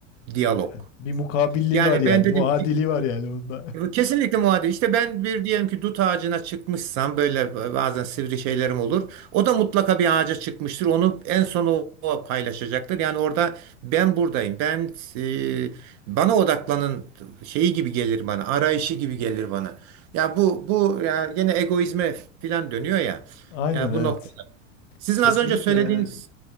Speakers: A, on the right; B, on the left.
A: diyalog.
B: Evet. bir mukabilliği
A: Yani
B: var yani.
A: ben dedim
B: Muadili
A: ki
B: var yani onda.
A: bu Kesinlikle muadil. İşte ben bir diyelim ki dut ağacına çıkmışsam böyle bazen sivri şeylerim olur. O da mutlaka bir ağaca çıkmıştır. Onu en son o, o paylaşacaktır. Yani orada ben buradayım. Ben e, bana odaklanın şeyi gibi gelir bana. Arayışı gibi gelir bana. Ya bu bu ya gene egoizme filan dönüyor ya.
B: <laughs> Aynen
A: Ya
B: evet.
A: bu noktada. Sizin
B: Kesinlikle
A: az önce söylediğiniz
B: ben